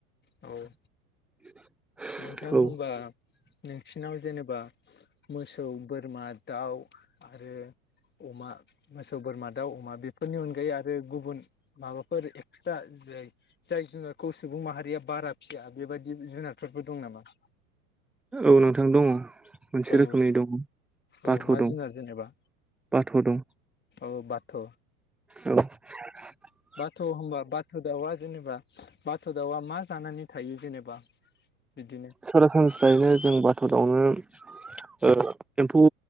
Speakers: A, on the left; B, in the centre.
A: औ
B: <inaudible>
A: नोंथां
B: औ
A: होमबा नोंसिनाव जेनेबा मोसौ बोरमा दाउ आरो अमा मोसौ बोरमा दाउ अमा बेफोरनि अनगायै आरो गुबुन माबाफोर एक्सट्रा जाय जाय जुनारखौ सुबुं माहारिया बारा फिसिया बेबायदि जुनार फोरबो दं नामा?
B: औ नोंथां दङ' मोनसे
A: औ
B: रोखोमनि दङ'।
A: औ
B: बाथ'
A: मा
B: दं
A: जुनार जेनेबा
B: बाथ' दं
A: औ बाथ'।
B: औ <inaudible>
A: बाथ' होमबा बाथ दाउआ जेनेबा बाथ' दाउआ मा जानानै थायो जेनेबा बिदिनो
B: सरासनस्रायैनो जों बाथौ दावनो औ एम्फौ